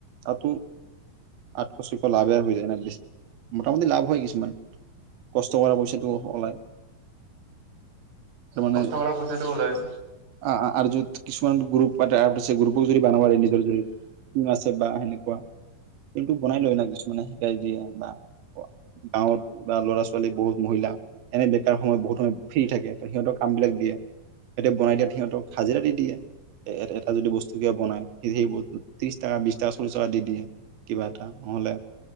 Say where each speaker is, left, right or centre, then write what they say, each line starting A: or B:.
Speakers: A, on the right; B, on the right.
A: আৰু তো আঠশ, ছয়শ লাভ এ হৈ যায় নে মোটামুটি লাভ হয় কিছুমান। কষ্ট কৰ পইচাটো ওলাই। মানে
B: কষ্ট কৰা পইচাটো ওলায়।
A: অ' আৰ্জুত, কিছুমান গ্ৰুপ বা আৰ্ট আছে গ্ৰুপক যদি বনাব লে নিজৰ যদি টিম আছে বা সেনেকুৱা। কিন্তু বনাই লয় না কিছুমানে শিকাই দিয়ে বা গাঁৱত বা ল'ৰা ছোৱাল ছোৱালী বহুত মহিলা এনে বেকাৰ সময়ত বহুত মান ফ্ৰী থাকে ত সিহঁতৰ কাম বিলাক দিয়ে সিঁহতে বনাই দিয়ে সিহঁতক হাজিৰা দি দিয়ে এ এটা যদি বস্তু কিয় বনাই স সেই ত্ৰিশ টকা বি টকা চল্লিশ টকা দি দিয়ে কিবা এটা নহলে